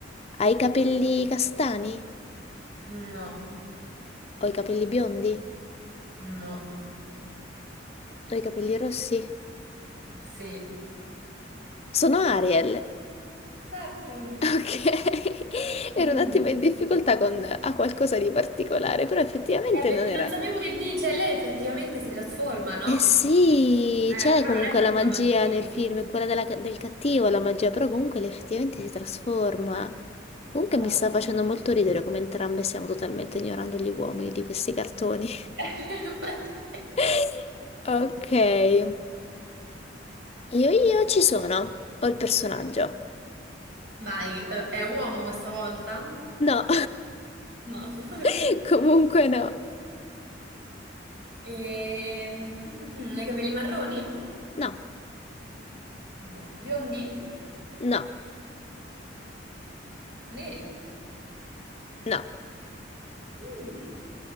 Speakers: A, on the left; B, on the right.
A: Ha i capelli castani?
B: No.
A: Ho i capelli biondi?
B: No,
A: Ho i capelli rossi?
B: sì.
A: Sono Ariel.
B: Esatto.
A: Ok, <laughs>
B: <laughs>
A: ero un attimo in difficoltà con a qualcosa di particolare, però effettivamente
B: Eh, perché
A: non era.
B: non sapevo che dice, lei effettivamente si trasforma, no?
A: Eh sì,
B: Eh,
A: c'è
B: però
A: comunque
B: non è proprio
A: la magia
B: una magia,
A: nel film,
B: quindi...
A: è quella della- del cattivo, la magia, però comunque lei effettivamente si trasforma. Comunque
B: Esatto.
A: mi sta facendo molto ridere come entrambe stiamo totalmente ignorando gli uomini di questi cartoni.
B: <laughs> Infatti.
A: <laughs> Ok, io io ci sono, ho il personaggio.
B: Vai, eh, è uomo questa volta?
A: No,
B: No. <laughs>
A: <laughs> comunque no.
B: Ehm, <laughs> ha i capelli marroni?
A: No,
B: No. Biondi?
A: no,
B: Neri?
A: no,
B: Mm.